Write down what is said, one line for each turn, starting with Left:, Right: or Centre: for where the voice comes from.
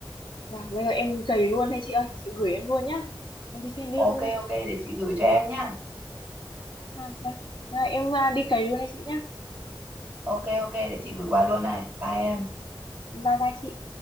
Left: Dạ, bây giờ em cày luôn hay chị ơi, chị gửi em luôn nhá. Em đi xem luôn
Right: Ok
Left: luôn đây.
Right: ok để chị gửi cho em nhá.
Left: À, dạ. Dạ, em à, đi cày luôn đây chị nhá.
Right: Ok ok để chị
Left: Ừ,
Right: gửi qua luôn này. Bye em.
Left: Bye bye chị.